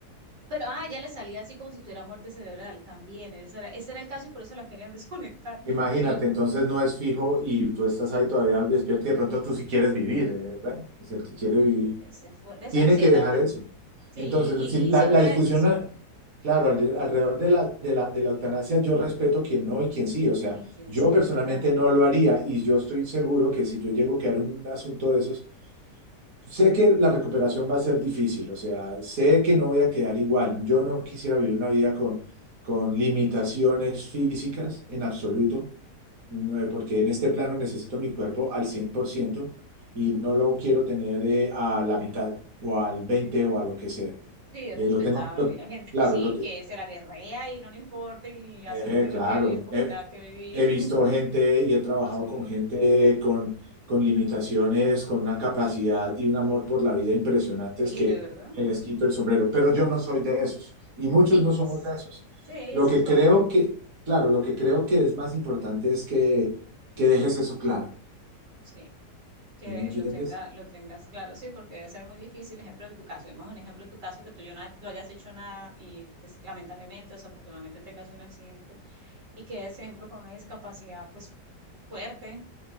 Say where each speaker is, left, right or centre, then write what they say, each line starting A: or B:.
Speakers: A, on the right; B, on the right.
A: Pero, ah, ya le salía así como si tuviera muerte cerebral también. Ese era, ese era el caso y por eso la querían desconectar.
B: Imagínate,
A: Y,
B: entonces no es fijo y tú estás ahí todavía despierto y de pronto tú sí quieres vivir, eh, bueno, si el que quiere
A: Sí,
B: vivir
A: debe ser fuerte. Eso
B: tiene
A: sí
B: que
A: es
B: dejar
A: verdad.
B: eso.
A: Sí,
B: Entonces,
A: y,
B: si la,
A: y sí es
B: la
A: una
B: discusión,
A: decisión.
B: a- claro, al- alrededor de la, de la, de la eutanasia, yo respeto quien no y quien sí, o sea,
A: Y quién
B: yo
A: sí,
B: personalmente
A: es verdad.
B: no lo haría y yo estoy seguro que si yo llego a quedar en un asunto de esos, sé que la recuperación va a ser difícil, o sea, sé que no voy a quedar igual, yo no quisiera vivir una vida con, con limitaciones físicas en absoluto no,
A: Ok.
B: eh, porque en este plano necesito mi cuerpo al 100% y no lo quiero tener eh, a la mitad o al 20 o a lo que sea.
A: Sí, es
B: Eh,
A: respetable.
B: lo tengo, lo-
A: Hay gente
B: claro,
A: que sí,
B: lo te-
A: que se la guerrea y no le importa y así
B: eh,
A: tengas
B: claro.
A: que vivir como
B: Eh,
A: tengas que vivir.
B: he visto
A: <laughs>
B: gente y he trabajado
A: Sí,
B: con gente con, con limitaciones, con una capacidad y un amor por la vida impresionantes
A: increíble,
B: que
A: ¿verdad?
B: les quito el sombrero, pero yo no soy de esos y muchos
A: Sí,
B: no somos
A: s-
B: de esos.
A: sí, eso
B: Lo que
A: es como,
B: creo que, claro, lo que creo que es más importante es que, que dejes eso claro
A: sí, que
B: ¿Sí me entiendes?
A: lo tenga, lo tengas claro, sí, porque debe ser muy difícil, ejemplo, en tu caso, vemos un ejemplo en tu caso que tú yo na- no hayas hecho nada y des- lamentablemente o desafortunadamente tengas un accidente y quedes, por ejemplo, con una discapacidad pues fuerte